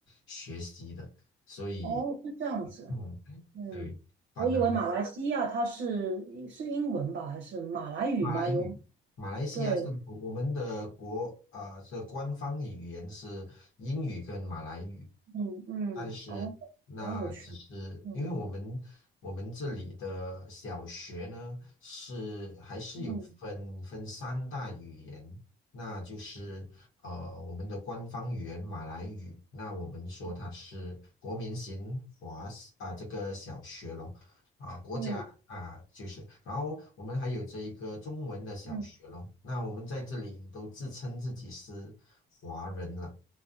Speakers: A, on the left (about 80°); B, on the right (about 60°).
A: 学习的，所以，
B: 哦，是这样子，
A: 嗯，
B: 嗯，
A: 对，反正。
B: 我以为马来西亚它是是英文吧，还是马来语吗？
A: 马来语，
B: 有，
A: 马来西亚是我们的国呃这官方语言是英语跟马来语，
B: 对，嗯嗯，
A: 但是那只是因为我们我们这里的小学呢是还是有分分三大语言，
B: 哦，好有趣，嗯。嗯
A: 那就是呃我们的官方语言马来语，那我们说它是国民型华啊、
B: 嗯
A: 这个小学咯。啊，国家啊，
B: 嗯，
A: 就是，然后我们还有这一个中文的小学咯。
B: 嗯，
A: 那我们在这里都自称自己是华人了